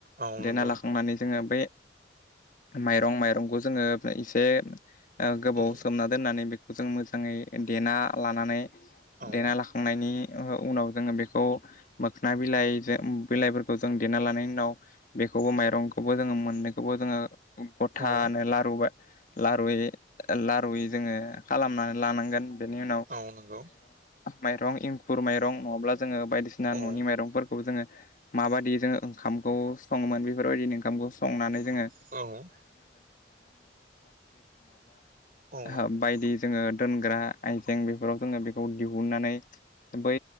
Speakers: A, on the right; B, on the left.
A: औ
B: देना
A: नंगौ
B: लाखांनानै जोङो बै माइरं माइरंखौ जोङो एसे गोबाव
A: औ
B: सोमना दोननानै बेखौ जों मोजाङै देना लानानै
A: औ
B: देना लाखांनायनि उनाव जोङो बेखौ मोखोन बिलाइ बिलाइफोरखौ जों देना लानायनि उनाव बेखौबो माइरंखौबो जोङ मोन मोननैखौबो जोङो गथानो
A: औ
B: लारु बा लारुयै लारुय जोङो खालामनानै लानांगोन बेनि उन
A: आ नंगौ
B: माइरं एंखुर माइरं नङाब्ला जोङो बायदिसिना
A: औ
B: न'नि माइरंफोरखौ जोङो माबाददि जों ओंखामखौ सङोमोन बेफोरबायदि ओंखामखौ संनानै
A: औ औ
B: <unintelligible> जोङो दोनग्रा आइजें बेफोराव जोङो बेखौ दिहुननानै बै